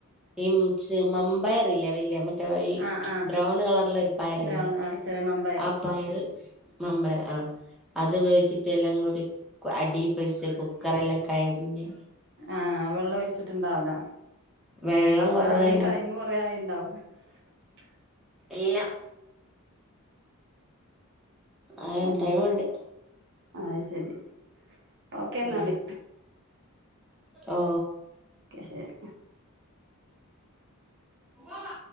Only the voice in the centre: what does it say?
ഈ ച വയറില്ല വല്- മറ്റേ
ബ്രൗൺ കളറുള്ള ഒരു പയറ
ഇല്ലേ
ആ പയറ് മമ്പരാ ആ അ അത് വെച്ചിട്ട എല്ലാം കൂടി അടിപ്പി ടിച്ച് കുക്കറെ എല്ലാം കരിഞ്ഞ്
വെള്ളം കൊറവേനു
ഇല്ല ആ
ടൈമുണ്ട്
ഏ ഓ
വഹ